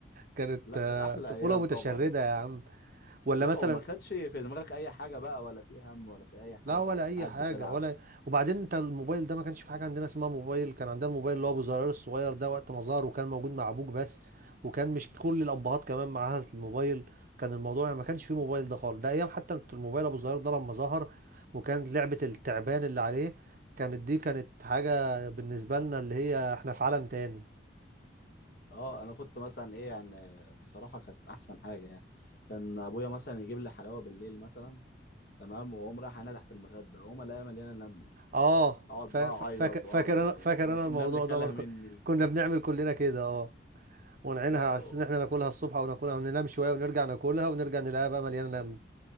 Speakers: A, on the right; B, on the left.
A: كانت
B: لا
A: آه،
B: كانت احلى
A: طفوله
B: ايام
A: متشرده
B: طبعا
A: يا عم ولا
B: لا
A: مثلا
B: وما كانش في دماغك اي حاجه بقى ولا في هم ولا في اي حاجه
A: لا ولا اي
B: قاعد
A: حاجه
B: بتلعب
A: ولا وبعدين انت الموبايل ده ما كانش في حاجه عندنا اسمها موبايل كان عندنا الموبايل اللي هو ابو زرار الصغير ده وقت ما ظهر وكان موجود مع ابوك بس وكان مش كل الابهات كمان معاها الموبايل كان الموضوع يعني ما كانش فيه موبايل ده خالص ده ايام حتى الموبايل ابو زرار ده لما ظهر وكان لعبه التعبان اللي عليه كانت دي كانت حاجه بالنسبه لنا اللي هي احنا في عالم تاني
B: اه انا كنت مثلا ايه يعني بصراحه كانت احسن حاجه يعني كان ابويا مثلا يجيب لي حلاوه بالليل مثلا تمام واقوم رايح انا تحت المخده اقوم الاقيها مليانه نمل
A: اه
B: اقعد
A: فا-
B: بقى
A: فا-
B: اعيط
A: فاكر
B: واقعد
A: فاكر
B: آه،
A: انا فاكر انا الموضوع
B: النمل كله
A: ده برضه
B: مني
A: كنا بنعمل كلنا كده اه ونعينها
B: لا
A: على
B: و-
A: اساس ان احنا ناكلها الصبح او ناكلها وننام شويه ونرجع ناكلها ونرجع نلاقيها بقى مليانه لم